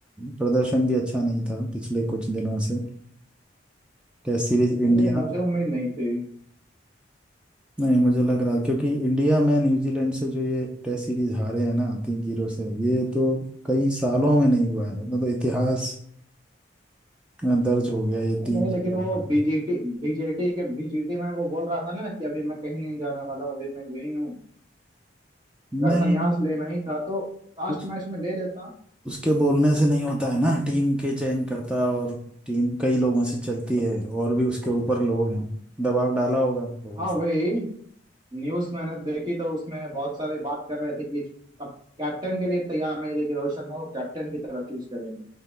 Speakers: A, in the centre; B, on the right.
A: प्रदर्शन भी अच्छा नहीं था पिछले कुछ दिनों से टेस्ट सीरीज
B: नहीं
A: इंडिया
B: लेकिन मुझे उम्मीद नहीं थी
A: नहीं मुझे लग रहा क्योंकि इंडिया में न्यूजीलैंड से जो ये टेस्ट सीरीज हारे हैं ना तीन जीरो से ये तो कई सालों में नहीं हुआ है मतलब इतिहास इतना दर्ज हो गया ये
B: नहीं
A: तीन
B: नहीं
A: चीजों
B: लेकिन वो
A: का
B: बीजेटी बीजेटी के बीजेटी में वो बोल रहा था ना कि अभी मैं कहीं नहीं जाने वाला हूँ अभी मैं यही हूँ अगर
A: नहीं
B: संन्यास लेना ही था तो लास्ट
A: उस,
B: मैच में ले लेता
A: उसके बोलने से नहीं होता है ना टीम के चयन करता और टीम कई लोगों से चलती है और भी उसके ऊपर लोग हैं दबाव डाला होगा तो
B: हाँ
A: उस-
B: वही न्यूज मैंने देखी तो उसमें बहुत सारे बात कर रहे थे कि कप- कैप्टन के लिए तैयार नहीं थे कि रोहित शर्मा को कैप्टन की तरह चूज करेंगे